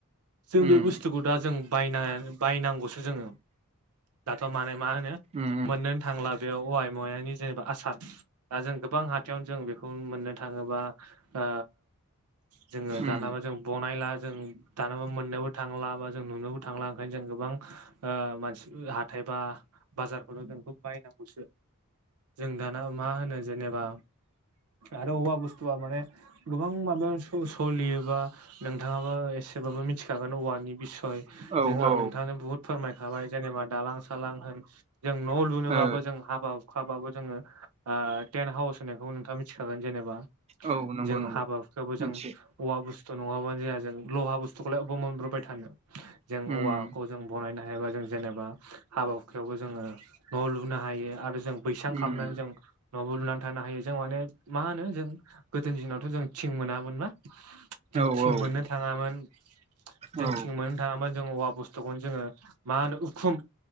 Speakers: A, on the right (about 75°); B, on the right (about 30°).
A: जों
B: उम
A: बे बुस्थुखौ दा जों बायना बायनांगौसो जों दाथ' माने मा होनो
B: उम
A: मोननो थांला बेयाव औवाय मवानि जेनेबा आसार दा जों गोबां हा थायावनो जों बेखौ मोननो थाङोबा ओ जोङो
B: उम
A: दानाबा जों बनायला जों दानाबा मोननोबो थांला बा जों नुनोबो थांला ओंखायनो जों गोबां ओ मानसि हाथाय बा बाजारफोराव जों बेखौ बायनांगौसो जों दाना मा होनो जेनेबा आरो अबेबा बुस्थुआ माने गोबां माबायाव स सलियोबा नोंथाङाबो एसे सोरबाबो मिथिखागोन औवानि बिसय
B: औ
A: जे आं
B: औ
A: नोंथाङानो बहुत फोरमायखाबाय जेनेबा दालां सालां होन जों न' लुनोबाबो
B: ओ
A: जों हाबा अखाबाबो जोंङोओ टेन हाउस होनायखौ नोंथाङा मिथिखागोन जेनेबा
B: औ नंगौ
A: जों
B: नंगौ
A: हाबाफोरखौबो
B: मोनथियो
A: जों औवा बुस्थु नङाबानो जाया जों लहा बुस्थुखौलाय अबाव मोनब्रबबाय थानो जों
B: उम
A: औवाखौ जों बनायनो हायोबा जों जेनेबा हाबा हुखायावबो जोंङो न' लुनो हायो आरो जों बैसां
B: उम
A: खालामनानै जों न'बो लुनानै थानो हायो जों माने मा होनो जों गोदोनि दिनावथ' जों थिं मोनामोन। मा जों
B: औ
A: थिं
B: औ
A: मोन्नो थाङामोन जों
B: औ
A: थिं मोन्नो थाङामोन जों औवा बुस्थुखौनो जोङो मा होनो उखुम